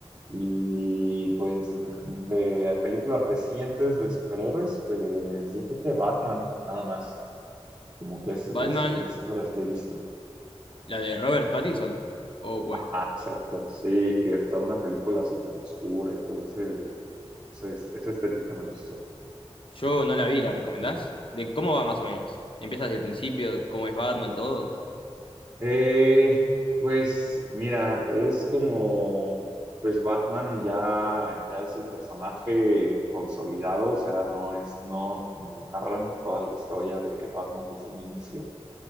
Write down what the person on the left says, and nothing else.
¿Batman,
la de Robert Pattinson? ¿O cuál?
Yo no la vi, ¿la recomendás? ¿De cómo va más o menos? ¿Empiezas desde el principio? ¿Cómo es Batman, todo?